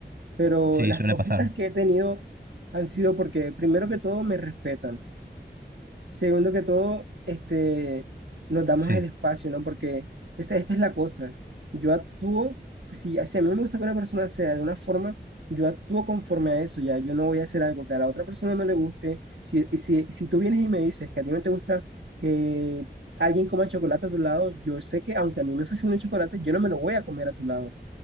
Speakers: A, on the right; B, on the right.
A: Pero
B: Sí,
A: las
B: suele
A: poquitas
B: pasar.
A: que he tenido han sido porque primero que todo me respetan. Segundo que todo, este, nos damos
B: Sí,
A: el espacio, ¿no? Porque esa, esta es la cosa. Yo actúo, si, si a mí me gusta que una persona sea de una forma, yo actúo conforme a eso, ya. Yo no voy a hacer algo que a la otra persona no le guste. Si, si, si tú vienes y me dices que a ti no te gusta que alguien coma chocolate a tu lado, yo sé que aunque a mí me fascina el chocolate, yo no me lo voy a comer a tu lado,